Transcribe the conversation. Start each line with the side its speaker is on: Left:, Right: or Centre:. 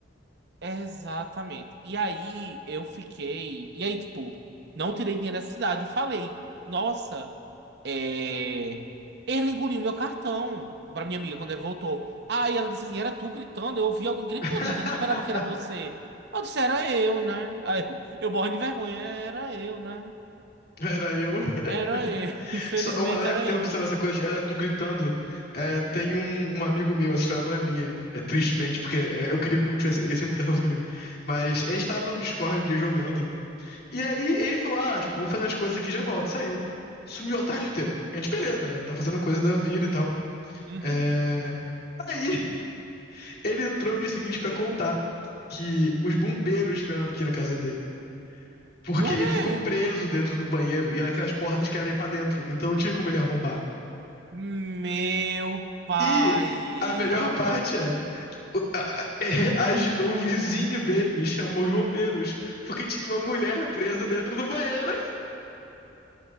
Right: Exatamente. E aí eu fiquei. E aí, tipo, não tirei dinheiro da cidade e falei: Nossa, é... ele engoliu meu cartão. Pra minha amiga, quando ele voltou. Aí ela disse assim: Era tu gritando? Eu ouvi alguém gritando,
Left: <laughs>
Right: mas eu não esperava que era você. Eu disse: Era eu, né? Aí <laughs> eu morro de vergonha: Era eu, né?
Left: Era eu. <laughs>
Right: Era eu. <laughs> Infelizmente
Left: Só uma leve
Right: era
Left: interrupção,
Right: eu.
Left: essa coisa de era tu gritando. É, tem um, um amigo meu, essa história não é minha, é tristemente,
Right: Uhum,
Left: porque é, eu queria muito essa, essa comunicação comigo. Mas a gente tava no Discord um dia jogando. E aí ele falou: Ah, tipo, vou fazer umas coisas aqui, e já volto. Saiu. Sumiu a tarde inteira. A gente, beleza, né? Tá fazendo coisa da vida e tal.
Right: uhum.
Left: É... Aí Ele entrou no dia seguinte pra contar que os bombeiros vieram aqui na casa dele. Porque
Right: Por
Left: ele
Right: quê?
Left: ficou preso dentro do banheiro e aquelas portas que abrem pra dentro. Então não tinha como ele arrombar.
Right: Meu pai.
Left: E a melhor parte é. O, a- é, o vizinho dele chamou os bombeiros porque tinha uma mulher presa dentro do banheiro.